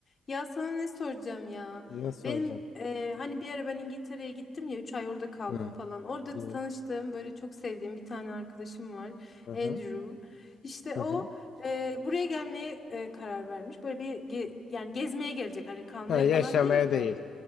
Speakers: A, on the left; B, on the left.
A: Ya sana ne soracağım ya?
B: Ne soracağım?
A: Benim e, hani bir ara ben İngiltere'ye gittim ya 3 ay orada kaldım
B: Hı.
A: falan. Orada
B: Yine.
A: tanıştığım böyle çok sevdiğim bir tane arkadaşım var.
B: Hı hı.
A: Andrew. İşte
B: Hı
A: o
B: hı.
A: e, buraya gelmeye e, karar vermiş. Böyle bir ge- yani gezmeye gelecek hani kalmaya
B: Ha, yaşamaya
A: falan değil
B: değil.
A: de.